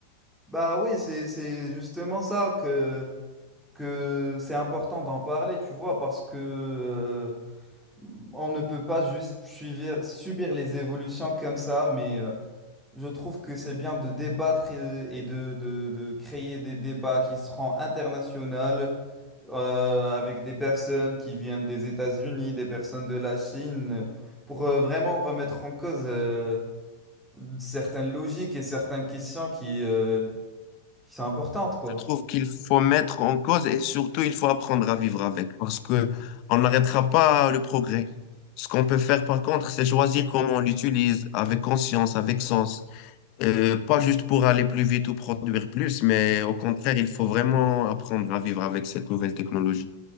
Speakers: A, in the centre; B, on the left (about 45°).
A: Bah oui, c'est, c'est justement ça que, que c'est important d'en parler, tu vois, parce que euh, on ne peut pas juste suivre, subir les évolutions comme ça, mais euh, je trouve que c'est bien de débattre et, et de, de, de créer des débats qui seront internationaux euh, avec des personnes qui viennent des États-Unis, des personnes de la Chine, pour euh, vraiment remettre en cause euh, certaines logiques et certaines questions qui, euh, qui sont importantes, quoi.
B: Je trouve qu'il faut mettre en cause et surtout il faut apprendre à vivre avec parce que on n'arrêtera pas le progrès. Ce qu'on peut faire par contre, c'est choisir comment on l'utilise avec conscience, avec sens, Euh, pas juste pour aller plus vite ou produire plus, mais au contraire, il faut vraiment apprendre à vivre avec cette nouvelle technologie.